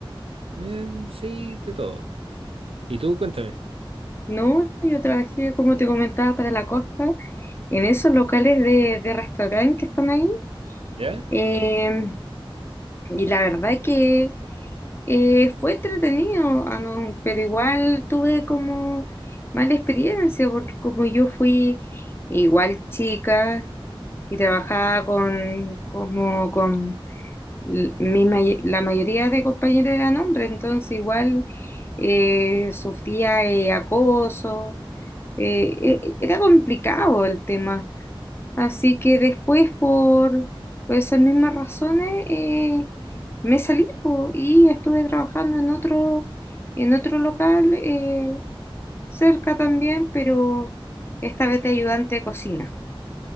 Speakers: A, on the right; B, on the left.
A: em, sí, de todo. Y tú, cuéntame,
B: No, yo trabajé, como te comentaba, para la costa, en esos locales de, de restaurante que están ahí.
A: ¿ya?
B: Eh, y la verdad que eh, fue entretenido, ah, no, pero igual tuve como mala experiencia, porque como yo fui igual chica y trabajaba con, como con l- mi may- la mayoría de compañeros eran hombres, entonces igual eh, sufría eh, acoso eh, e- era complicado el tema. Así que después, por, por esas mismas razones, eh, me salí po, y estuve trabajando en otro, en otro local eh, cerca también, pero esta vez de ayudante de cocina.